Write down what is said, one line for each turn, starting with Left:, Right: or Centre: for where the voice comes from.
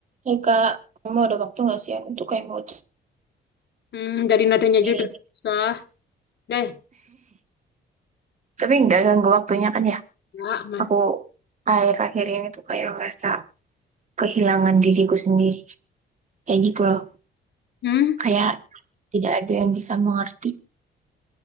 Right: Hei kak, kamu ada waktu nggak sih ya untuk kayak mau
Left: Hmm, dari nadanya aja
Right: cari
Left: udah susah. Deh,
Right: Tapi nggak ganggu waktunya kan ya.
Left: coba aman.
Right: Aku akhir-akhir ini tuh kayak ngerasa kehilangan diriku sendiri. Kayak gitu loh.
Left: Hmm?
Right: Kayak tidak ada yang bisa mengerti